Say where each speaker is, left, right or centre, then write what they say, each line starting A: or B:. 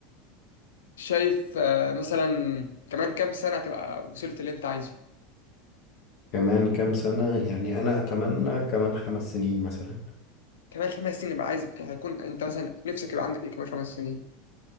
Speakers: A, on the left; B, on the left.
A: شايف آه، مثلا كمان كام سنة تبقى وصلت اللي أنت عايزه
B: كمان كام سنة يعني انا اتمنى كمان خمس سنين مثلا
A: كمان خمس سنين يبقى عايز هيكون أنت مثلا نفسك يبقى عندك إيه كمان خمس سنين